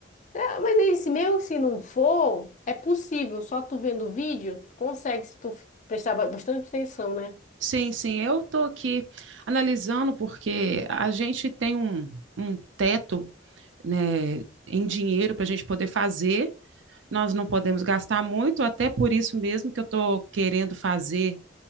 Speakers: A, on the left (about 40°); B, on the right (about 75°).
A: é, mas aí, se mesmo se não for, é possível, só tu vendo o vídeo, tu consegue, se tu fi- prestar ba- bastante atenção, né?
B: Sim, sim, eu estou aqui analisando porque a gente tem um, um teto, né, em dinheiro para a gente poder fazer, nós não podemos gastar muito, até por isso mesmo que eu estou querendo fazer,